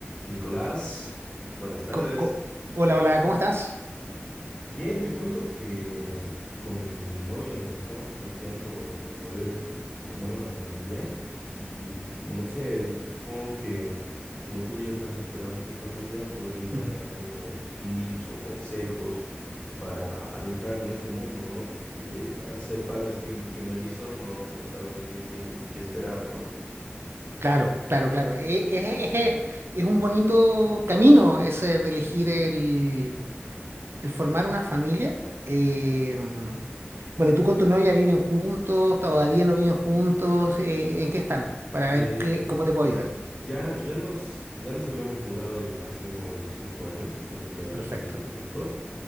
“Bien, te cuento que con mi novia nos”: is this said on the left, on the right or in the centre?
Left